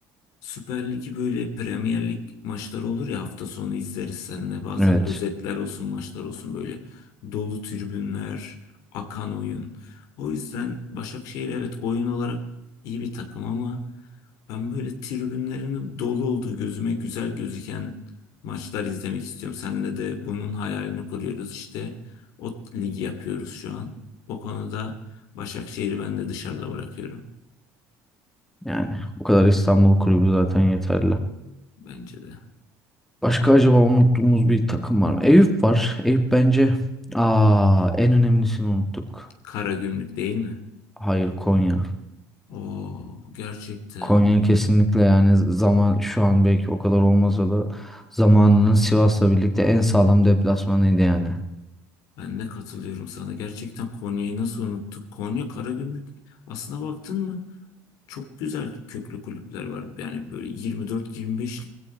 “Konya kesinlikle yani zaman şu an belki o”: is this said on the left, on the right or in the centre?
Centre